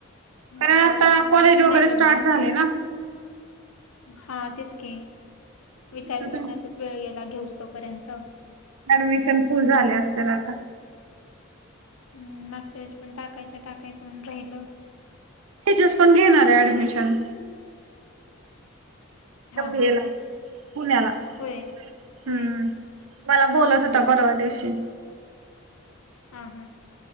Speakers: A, on the left; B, on the right.
A: नाही
B: कारण
A: यावर्षी
B: आता
A: तर मला
B: कॉलेज
A: पण
B: वगैरे
A: नाय जमणार.
B: स्टार्ट झाले ना.
A: हा तेच की विचार
B: आता
A: करण्यातच वेळ गेला घेऊस तोपर्यंत
B: ऍडमिशन फुल झाले असतील आता.
A: हम्म मागच्या वेळेस पण टाकायचं टाकायचं म्हणून राहिल.
B: तेजस पण घेणार आहे ऍडमिशन.
A: हा
B: पंधरावीला
A: हा
B: पुण्याला हम्म.
A: होय होय
B: मला बोलत होता परवा दिवशी.
A: आं हां.